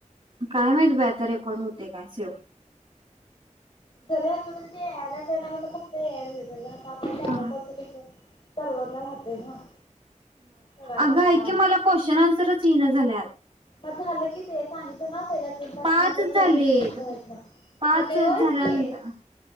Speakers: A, on the right (about 40°); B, on the left (about 40°).
A: काय माहित बाई आत्ता रेकॉर्ड होते काय सेव्ह
B: जरी असलं तरी ते यायलाचणार म्हला फक्त यायला मिटल का काका कांदा
A: हा
B: करतोय तुझ सर्वरला राहातय ना सगळा
A: अग
B: डाटा
A: क मला क्वेश्न अंस्वर र येन झाल्यात
B: मग झालं कि ते सांगितल ना पहिल्या तीन तास
A: पाचच
B: नंतर
A: झालेत
B: पुढं पेशनंत
A: पाच
B: मग ते
A: झाल्यानंतर
B: होयच की